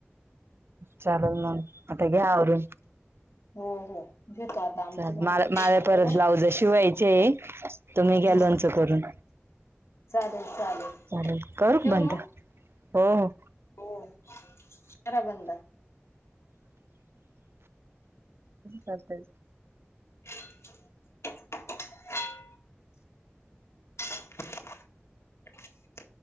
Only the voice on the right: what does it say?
चालेल म आता घ्या आवरून.
ल
मला मला
परत
ब्लाउज शिवायचे आहे तुम्ही घ्या
लोंच
करून
चाले करू
बंद.
हो हो.
करतेच.